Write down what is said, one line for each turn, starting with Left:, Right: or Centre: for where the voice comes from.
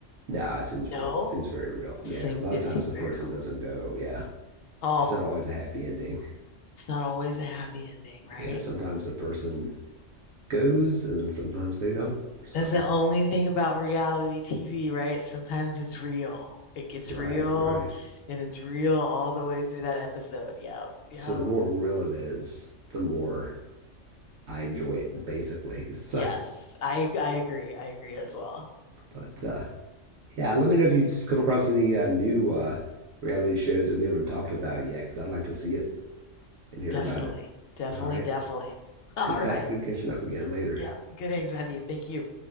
Right: no, nah, it seems
Left: No.
Right: real. It seems very real.
Left: It
Right: Yeah.
Left: seemed
Right: Because a lot
Left: it
Right: of times
Left: seemed
Right: the person
Left: very real.
Right: doesn't go. Yeah.
Left: Oh,
Right: It's not always a happy ending.
Left: it's not always a happy ending, right?
Right: Yeah. Sometimes the person goes and then sometimes they don't. So
Left: That's the only thing about reality TV, right? Sometimes it's real. It gets
Right: Right,
Left: real
Right: right.
Left: and it's real all the way through that episode. Yeah. Yeah.
Right: So the more real it is, the more I enjoy it, basically. <laughs> So,
Left: Yes. I I agree. I agree as well.
Right: but uh, yeah, let me know if you've come across any uh, new uh, reality shows that we haven't talked about yet, because I'd like to see it and hear
Left: Definitely.
Right: about it.
Left: Definitely,
Right: All right.
Left: definitely. <laughs> All
Right: Good cut.
Left: right.
Right: Good catching up again later.
Left: Yeah. Good innings, Matthew. Thank you.